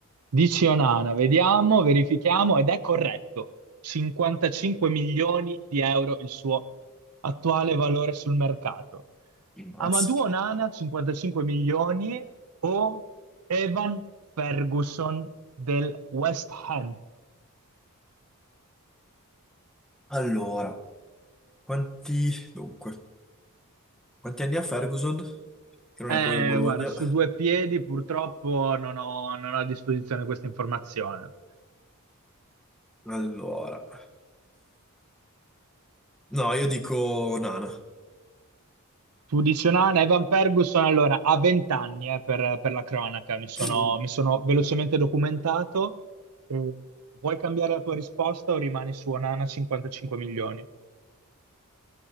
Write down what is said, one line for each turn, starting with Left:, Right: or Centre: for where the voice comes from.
Right: Dici Onana, vediamo, verifichiamo ed è corretto. 55 milioni di euro il suo attuale valore sul mercato.
Centre: Mm. Mazza.
Right: Amadou Onana 55 milioni o Evan Ferguson del West Ham?
Centre: Allora, quanti... Dunque, quanti anni ha Ferguson? Che non
Right: Eh,
Centre: è quello del Bologna.
Right: guarda, su due piedi purtroppo non ho, non ho a disposizione questa informazione.
Centre: Allora... No, io dico Onana.
Right: Tu dici, no, no, Evan Ferguson, allora, ha 20 anni eh, per, per la cronaca, mi sono,
Centre: Mm.
Right: mi sono velocemente documentato. Eh, vuoi cambiare la tua risposta o rimani su Onana 55 milioni?